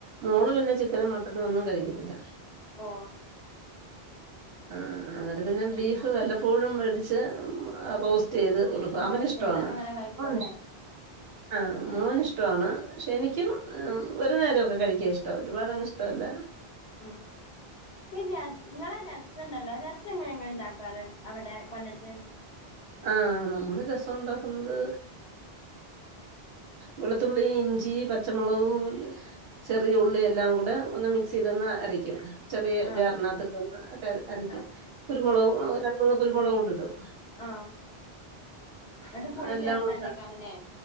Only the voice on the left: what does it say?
ഓ
ഓ
റോസ്റ്റ്
ചെയ്ത അങ്ങനെ കഴിക്കൂല്ലേ
ആ
ആഹ് പിൻങ്ങളെ രസ് <unintelligible> രസ എങ്ങനെ ങ്ങൾ ണ്ടാക്കാറ് അവിടെ കൊല്ലത്ത്
ആഹ്
ആഹ്
ആഹ് എന്നിട്ട് പുളി
ചേർത്തലെ
ക്കാരം ല്ലേ